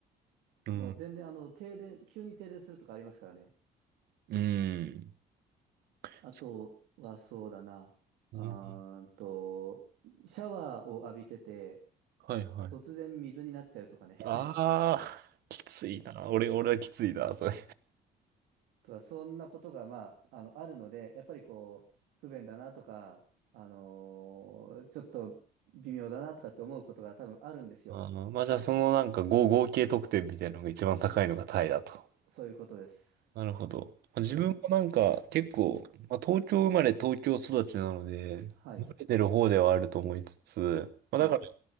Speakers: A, on the right (about 70°); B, on the right (about 85°).
A: うん。
B: もう全然、あの、停電、急に停電するとかありますからね。
A: うん。そ
B: あとは、そうだな、
A: うね。
B: あーんと、シャワーを浴びてて、
A: はいはい。
B: 突然水になっちゃうとかね。
A: ああ、きついな。俺、俺はきついな、それ。
B: とか、そんなことが、まあ、あの、あるので、やっぱりこう、不便だなとか、あのーちょっと微妙だなとかって思うことが多分あるんですよ。
A: あーまあじゃあそのなんか合合計得点みたいなのが一番高いのがタイだと。
B: そういうことです。
A: なるほど。まあ自分もなんか結構、
B: な、
A: まあ、東京生まれ東京育ちなので、
B: はい、
A: 慣れてる方ではあると思いつつ、まあだから
B: はい、